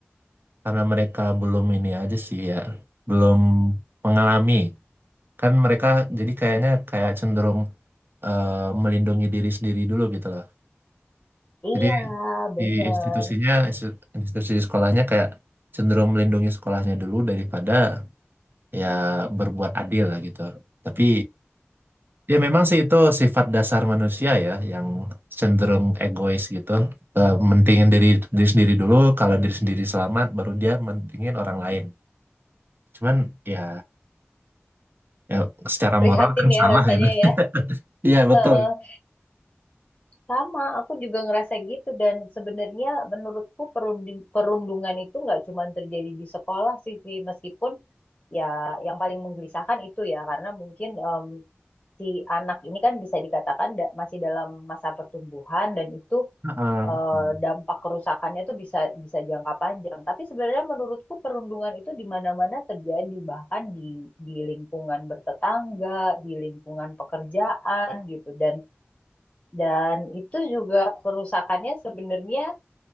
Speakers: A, on the right; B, on the left.
A: Karena mereka belum ini aja sih ya, belum mengalami. Kan mereka jadi kayaknya kayak cenderung eh, melindungi diri sendiri dulu gitu loh.
B: Iya,
A: Jadi
B: bener.
A: di institusinya, institusi sekolahnya kayak cenderung melindungi sekolahnya dulu daripada ya berbuat adil gitu. Tapi ya memang sih itu sifat dasar manusia ya yang cenderung egois gitu. Eh, Mentingin diri diri sendiri dulu, kalau diri sendiri selamat baru dia mentingin orang lain. Cuman ya ya secara
B: Prihatin
A: moral kan
B: ya
A: salah
B: rasanya
A: gitu.
B: ya.
A: <laughs> Iya
B: <laughs>
A: betul.
B: Sama, aku juga ngerasa gitu dan sebenarnya menurutku perundi- perundungan itu nggak cuma terjadi di sekolah sih, Vi. Meskipun ya yang paling menggelisahkan itu ya karena mungkin em, si anak ini kan bisa dikatakan da- masih dalam masa pertumbuhan dan itu
A: Heeh,
B: eh,
A: betul.
B: dampak kerusakannya tuh bisa bisa jangka panjang. Tapi sebenarnya menurutku perundungan itu di mana-mana terjadi, bahkan di di lingkungan bertetangga, di lingkungan pekerjaan gitu dan dan itu juga kerusakannya sebenarnya